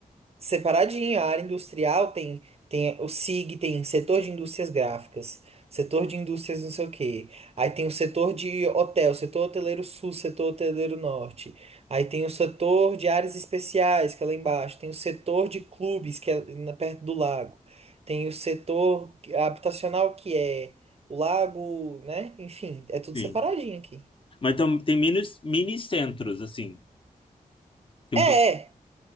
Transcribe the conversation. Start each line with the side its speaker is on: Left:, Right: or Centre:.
Right: separadinho, a área industrial tem, tem o SIG, tem setor de indústrias gráficas, setor de indústrias não sei o quê. Aí tem o setor de hotel, setor hoteleiro sul, setor hoteleiro norte. Aí tem o setor de áreas especiais, que é lá embaixo. Tem o setor de clubes, que é na, perto do lago. Tem o setor habitacional, que é o lago, né? Enfim, é tudo
Left: sim.
Right: separadinho aqui.
Left: Mas tam- tem mini, mini centros, assim. Tem
Right: É,
Left: um, pouco
Right: é,